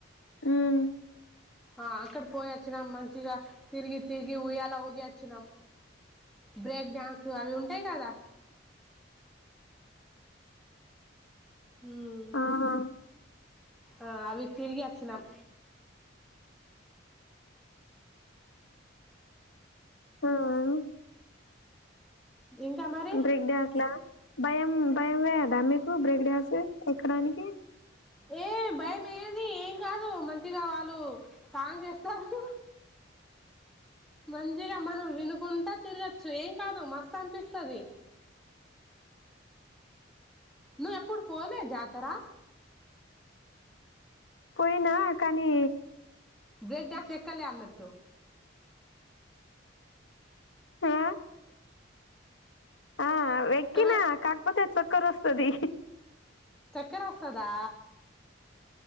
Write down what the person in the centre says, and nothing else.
ఆ అక్కడ్ పోయచ్చినాం మంచిగా తిరిగి తిరిగి ఉయ్యలా ఊగి ఒచ్చినాం బ్రేక్ డ్యాన్సుల్ అవి ఉంటాయ్ కదా ఉమ్
ఆ అవి తిరిగి అచ్చినాం
ఇంకా మరి
ఏ భయం ఏది ఏం కాదు మంచిగా వాళ్ళు సాంగ్ ఎస్తరు మంచిగ మనం వినుకుంట తిరగొచ్చు ఏం కాదు మస్తు అనిపిస్తుది నువ్ ఎప్పుడు పోలే జాతర
బ్రేక్ డాన్స్ కలెఅన్నట్టు
ఆ
చక్కర ఒస్తందా